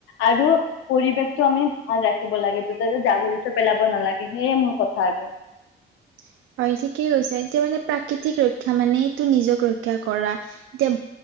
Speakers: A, on the left; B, on the right.
A: আৰু পৰিৱেশতটো আমি ভাল ৰাখিব লাগে যতে ত জাবোৰ জোথৰ পেলাব নালাগে সেয়ে মোৰ কথা আহব
B: <unintelligible> হয় ঠিকেই কৈছা এতিয়া মানে প্ৰাকৃতিক ৰক্ষা মানেটো নিজক ৰক্ষা কৰা এতিয়া